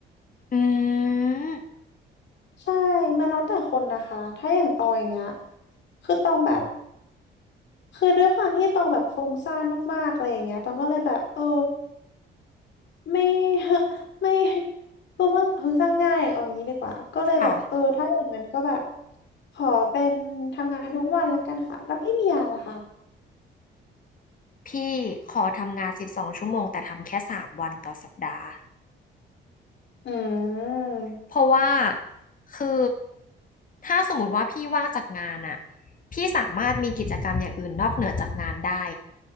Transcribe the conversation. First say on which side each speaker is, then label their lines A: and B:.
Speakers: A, on the left; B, on the left.
A: อืม
B: ใช่มันแล้วแต่คนนะคะถ้าอย่างตองอย่างเงี้ยคือตองแบบคือด้วยความที่ตองแบบฟุ้งซ่านมากๆอะไรอย่างเงี้ยตองก็เลยแบบเออ ไม่ <laughs> ไม่ตัวเพิ่งเพิ่งสร้างง่ายเอาอย่างนี้ดีกว่าก็เลยแบบเออถ้าอย่างนั้นก็แบบ
A: ค่ะ
B: ขอเป็นทำงานทุกวันละกันค่ะแล้วพี่เมียล่ะคะ
A: พี่ขอทำงานสิบสองชั่วโมงแต่ทำแค่สามวันต่อสัปดาห์
B: อืม
A: เพราะว่าคือถ้าสมมติว่าพี่ว่างจากงานอะพี่สามารถมีกิจกรรมอย่างอื่นนอกเหนือจากงานได้